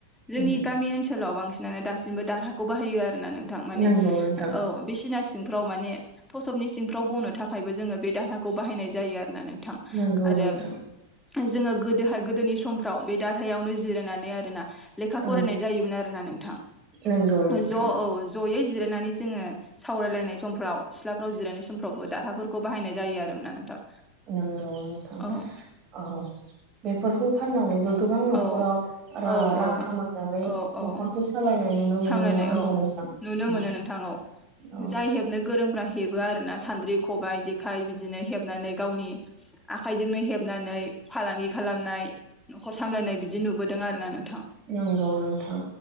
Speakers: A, in the centre; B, on the right.
A: जोंनि
B: उम
A: गामि ओनसोलाव बांसिनानो दा सिमबो दारहाखौ बाहायो आरो ना नोंथां माने
B: नंगौ नोंथां
A: औ बिसिनास सिंफ्राव माने थसबनि सिंफ्राव बनो थाखायबो जोङो बे दारहाखौ बाहायनाय जायो ना नोंथां
B: नंगौ
A: आरो
B: नोंथां
A: जोङो गोदोहाय गोदोनि समफ्राव बे दारहायावनो जिरायनानै आरोना लेखा फरायनाय
B: औ
A: जायोमोन आरोना नोंथां
B: नंगौ नोंथां
A: ज औ जयै जिरायनानै जोङो सावरायलायनाय समफ्राव सिलाफ्राव जिरायनाय समफ्रावबो दारहाफोरखौ बाहायनाय जायोमोन आरो ना नोंथां।
B: नंगौ नोंथां
A: औ
B: औ बेफोरखौ फाननानैबो गोबां न'खराव
A: औ औ
B: रा रां
A: औ
B: खामायनानै
A: औ औ
B: न'खरखौ सालायनाय नुनो मोनो
A: सामलायनाय
B: नङा होमबा
A: औ
B: नोंथां
A: नुनो
B: उम
A: मोनो नोंथां औ
B: औ
A: जाय हेबनो गोरोंफ्रा हेबो आरोना। सान्द्रि खबाइ जेखाइ बिदिनो हेबनानै गावनि आखाइजोंनो हेबनानै फालांगि खालामनाय न'खर सामलायनाय बिदि नुबोदों आरोना नों
B: नंगौ नोंथां